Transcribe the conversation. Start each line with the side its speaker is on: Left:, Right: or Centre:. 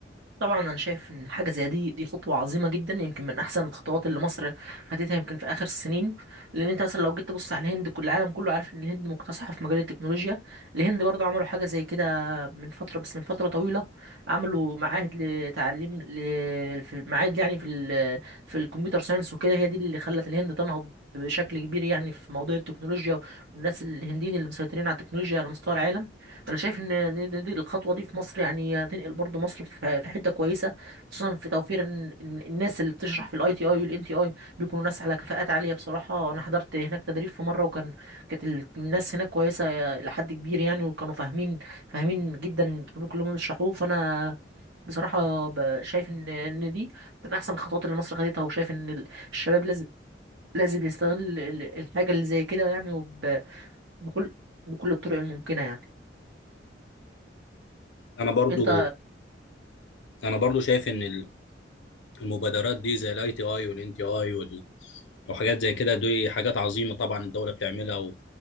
Right: طبعا انا شايف ان حاجه زي دي دي خطوه عظيمه جدا يمكن من احسن الخطوات اللي مصر خدتها يمكن في اخر السنين لان انت مثلا لو جيت تبص على الهند كل العالم كله عارف ان الهند مكتسحه في مجال التكنولوجيا الهند برضو عملوا حاجه زي كده من فتره بس من فتره طويله عملوا معاهد لتعليم ل... في معاهد يعني في ال... في الكمبيوتر ساينس وكده هي دي اللي خلت الهند تنهض بشكل كبير يعني في موضوع التكنولوجيا والناس الهنديين اللي مسيطرين على التكنولوجيا على مستوى العالم انا شايف ان إن دي الخطوه دي في مصر يعني هتنقل برضو مصر في في حته كويسه خصوصا في توفير إن- إن الناس اللي بتشرح في الاي تي اي والان تي اي بيكونوا ناس على كفاءات عاليه بصراحه انا حضرت هناك تدريب في مره وكان كانت ال- الناس هناك كويسه الى حد كبير يعني وكانوا فاهمين فاهمين جدا الطريق اللي هم بيشرحوه فانا بصراحه ب- شايف ان ان دي من احسن الخطوات اللي مصر خدتها وشايف ان ال- الشباب لازم لازم يستغل ال- الحاجه اللي زي كده يعني وب- بكل بكل الطرق الممكنه يعني
Left: انا برضو
Right: انت
Left: انا برضو شايف ان ال... المبادرات دي زي الاي تي اي والان تي اي وحاجات زي كده دي حاجات عظيمه طبعا الدوله بتعملها و...